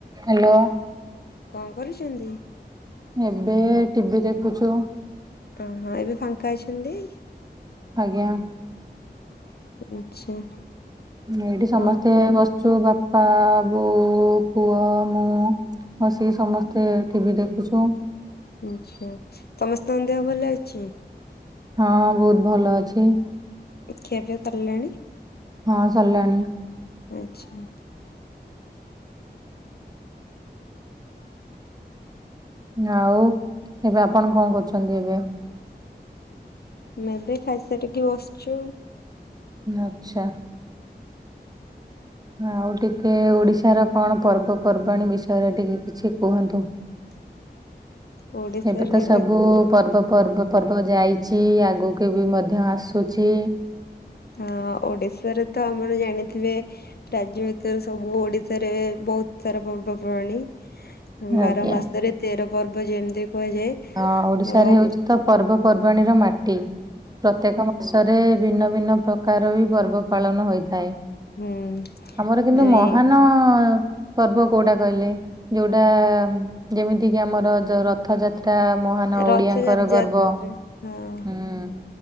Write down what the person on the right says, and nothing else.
Hello.
ଏବେ ଟିଭି ଦେଖୁଛୁ।
ଆଜ୍ଞା।
ଏଇଠି ସମସ୍ତେ
ବସିଛୁ। ବାପ ପା, ବୋଉ, ପୁଅ ମୁଁ ମିଶିକି ସମସ୍ତେ ଟିଭି ଦେ <unintelligible>
ହଁ ବହୁତ ଭଲ ଅଛି।
ହଁ ସରଲାଣି।
ଆଉ ଏବେ ଆପଣ କଣ କରୁଛନ୍ତି ଏବେ?
ଆଚ୍ଛା। ଆଉ ଟିକେ ଓଡ଼ିଶା ର କଣ ପର୍ବପର୍ବାଣୀ ବିଷୟରେ ଟିକେ କିଛି କୁହନ୍ତୁ?
ଏବେ ତ ସବୁ ପର୍ବ ପର୍ବ ପର୍ବ ଯାଇଛି। ଆଗୁକୁ ଏବେ ବି ମଧ୍ୟ ଆସୁଛି।
ଆଜ୍ଞା
ହଁ ଓଡ଼ିଶାରେ
ହେଉଛି ତ ପର୍ବପର୍ବାଣୀର ମାଟି। ପ୍ରତ୍ୟେକ ମାସରେ ଭିନ୍ନ ଭିନ୍ନ ପ୍ରକାର ବି ପର୍ବ ପାଳନ ହୋଇଥାଏ।
ଆମର କିନ୍ତୁ
ମହାନ ପର୍ବ କୋଉଟା କହିଲେ? ଯୋଉଟା ଯେମିତି କିି ଆମର ଯୋଉ ରଥଯାତ ଏଟା ମହାନ
ଓଡ଼ିଆଙ୍କର ଗର୍ବ।
ହୁଁ,